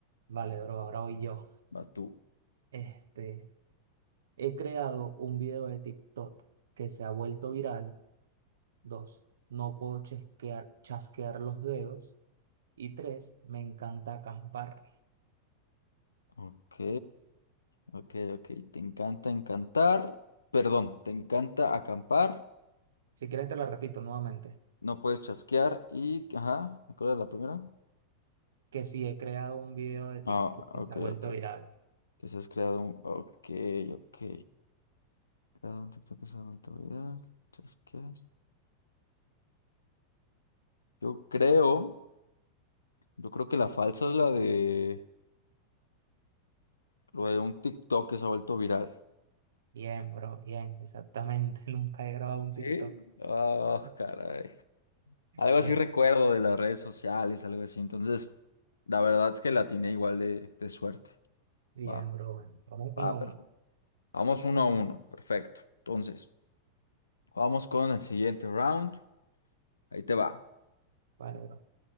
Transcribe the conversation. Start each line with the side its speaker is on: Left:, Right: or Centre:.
Right: Vale, bro, ahora voy yo.
Left: Va tú.
Right: Este, he creado un video de TikTok que se ha vuelto viral. Dos, no puedo chasquear, chasquear los dedos. Y tres, me encanta acampar.
Left: Ok, ok, ok. Te encanta encantar. Perdón, te encanta acampar.
Right: Si quieres te lo repito nuevamente,
Left: No puedes chasquear y... Ajá, ¿cuál era la primera?
Right: que sí he creado un video de TikTok
Left: Ah,
Right: que
Left: ok,
Right: se ha vuelto
Left: ok.
Right: viral.
Left: Que se has creado un... Ok, ok. Cada un TikTok es algo viral. Chasquear. Yo creo, yo creo que la falsa es la de, lo de un TikTok que se ha vuelto viral.
Right: Bien, bro, bien, exactamente. <laughs> Nunca he grabado un
Left: ¿Sí?
Right: TikTok.
Left: Ah,
Right: <laughs>
Left: caray. Algo
Right: Bien,
Left: así recuerdo de las redes sociales, algo así. Entonces, la verdad es que la tiene igual de, de suerte.
Right: bien,
Left: Va,
Right: bro. Bueno, vamos uno
Left: va,
Right: a
Left: perfecto.
Right: uno.
Left: Vamos uno a uno, perfecto. Entonces, vamos con el siguiente round. Ahí te va.
Right: Vale, bro.